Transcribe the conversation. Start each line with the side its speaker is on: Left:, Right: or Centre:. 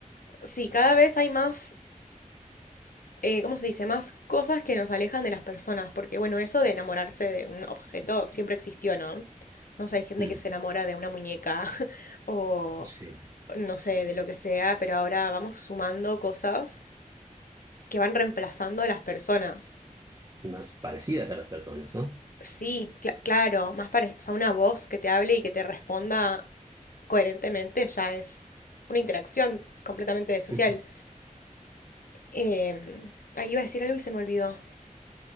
Left: Sí, cada vez hay más, eh, ¿cómo se dice? Más cosas que nos alejan de las personas, porque bueno, eso de enamorarse de un objeto siempre existió, ¿no? No sé, hay gente
Right: Mm,
Left: que se enamora de una muñeca <laughs> o
Right: sí,
Left: no sé, de lo que sea, pero ahora vamos sumando cosas que van reemplazando a las personas.
Right: y más parecidas a las personas, ¿no?
Left: Sí, cla- claro, más parecido, o sea, una voz que te hable y que te responda coherentemente ya es una interacción completamente social.
Right: Ujú,
Left: Em, ah, iba a decir algo y se me olvidó.